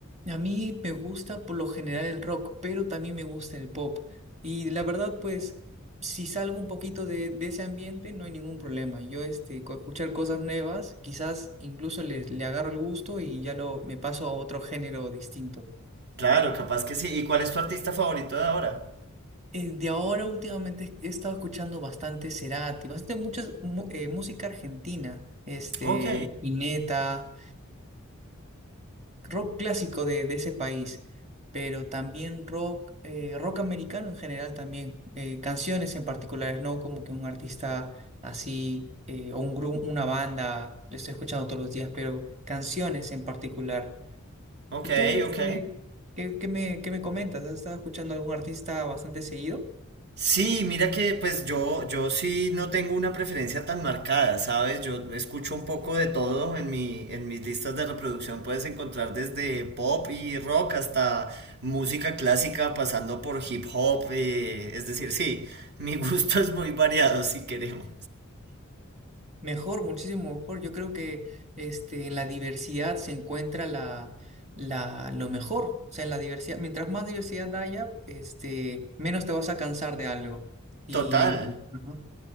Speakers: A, on the right; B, on the right.
A: A mí me gusta por lo general el rock, pero también me gusta el pop. Y la verdad, pues, si salgo un poquito de, de ese ambiente, no hay ningún problema. Yo, este, con escuchar cosas nuevas, quizás incluso le, le agarro el gusto y ya lo, me paso a otro género distinto.
B: Claro, capaz que sí. ¿Y cuál es tu artista favorito de ahora?
A: Eh, de ahora, últimamente, he estado escuchando bastante Cerati, bastante muchas eh, música argentina, este,
B: Ok,
A: Ineta rock clásico de, de ese país, pero también rock, eh, rock americano en general también, eh, canciones en particulares, no como que un artista así eh, o un grupo, una banda, lo estoy escuchando todos los días, pero canciones en particular.
B: ok,
A: ¿Y tú, este,
B: ok.
A: qué, qué me, qué me comentas? ¿Has estado escuchando algún artista bastante seguido?
B: Sí, mira que pues yo, yo sí no tengo una preferencia tan marcada, ¿sabes? Yo escucho un poco de todo en mi, en mis listas de reproducción puedes encontrar desde pop y rock hasta música clásica pasando por hip hop, eh, es decir, sí, mi gusto <laughs> es muy variado si queremos.
A: Mejor, muchísimo mejor. Yo creo que este, en la diversidad se encuentra la, la, lo mejor. O sea, en la diversidad, mientras más diversidad haya, este, menos te vas a cansar de algo. Y
B: Total.
A: Ujú.